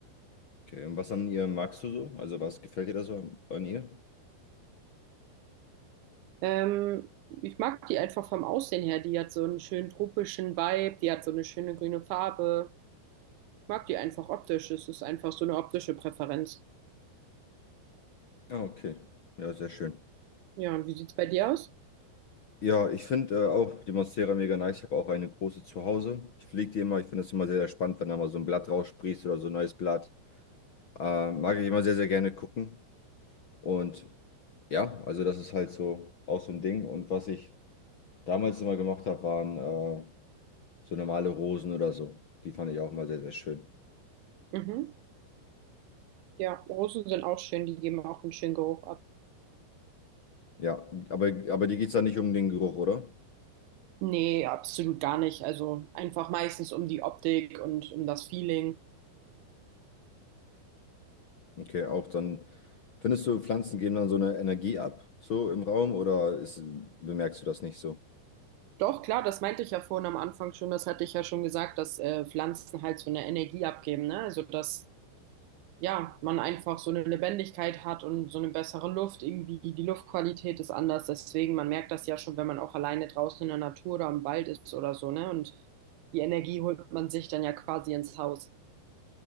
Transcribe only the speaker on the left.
Okay, und was an ihr magst du so? Also was gefällt dir da so an ihr?
Ah, okay. Ja, sehr schön.
Ja, ich finde äh, auch die Monstera mega nice. Ich habe auch eine große zu Hause. Ich pflege die immer. Ich finde es immer sehr, sehr spannend, wenn da mal so ein Blatt raussprießt oder so ein neues Blatt. Äh, mag ich immer sehr, sehr gerne gucken. Und Ja, also das ist halt so auch so ein Ding. Und was ich damals immer gemacht habe, waren äh, so normale Rosen oder so. Die fand ich auch immer sehr, sehr schön.
Ja, aber, aber dir geht es dann nicht um den Geruch, oder?
Okay, auch dann. Findest du, Pflanzen geben dann so eine Energie ab, so im Raum, oder ist, bemerkst du das nicht so?